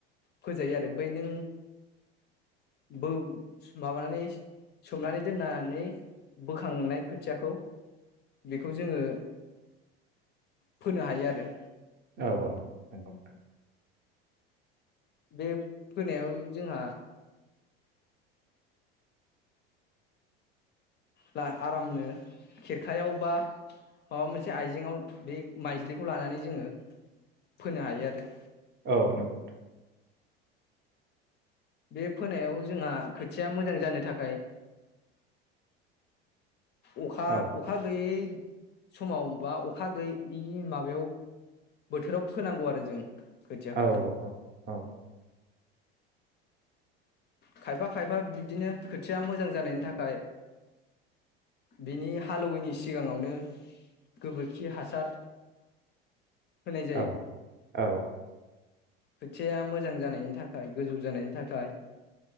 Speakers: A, on the left; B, on the right.
A: फोजायो आरो बै नों बो माबानानै सोमनानै दोननानै बोखांनाय खोथियाखौ बेखौ जोङो फोनो हायो आरो।
B: औ औ नंगौ ।
A: बे फोनायाव जोंहा बा आरामनो खेरखायाव बा माबा मोनसे आइजेंआव बे माइज्लिखौ लानानै जोङो फोनो हायो आरो।
B: औ नंगौ नोंथां।
A: बे फोनायाव जोंहा खोथिया मोजां जानो थाखाय अखा
B: औ
A: अखा गैयै समाव बा अखा गैयैनि माबायाव बोथोराव फोनांगौ आरो जों। खोथियाखौ
B: औ औ औ।
A: खायफा खायफा बिब्दिनो खोथिया मोजां जानायनि थाखाय बिनि हालौवैनि सिगाङावनो गोबोरखि हासार होनाय
B: औ औ।
A: खोथियाया मोजां जानायनि थाखाय गोजौ जानायनि थाखाय।